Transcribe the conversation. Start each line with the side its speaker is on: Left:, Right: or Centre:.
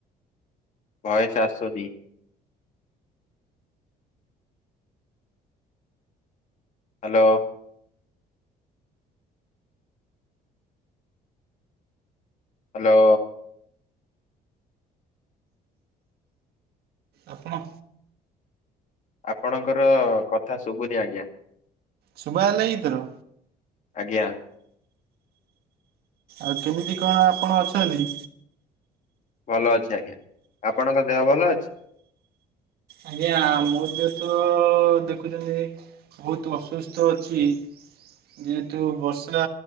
Left: ଭଏସ୍ ଆସୁନି ହାଲୋ। ହାଲୋ।
Right: ଆପଣ
Left: ଆପଣଙ୍କର କଥା ଶୁଭୁନି ଆଜ୍ଞା
Right: ଶୁଭା ଗଲା ଏଥର
Left: ଆଜ୍ଞା।
Right: ଆଉ କେମିତି କଣ ଆପଣ ଅଛନ୍ତି?
Left: ଭଲ ଅଛି ଆଜ୍ଞା ଆପଣଙ୍କ ଦେହ ଭଲ ଅଛି?
Right: ଆଜ୍ଞା ମୋ ଦେହତ ଦେଖୁଛନ୍ତି ବହୁତ ଅସୁସ୍ଥ ଅଛି ଯେହେତୁ ବର୍ଷା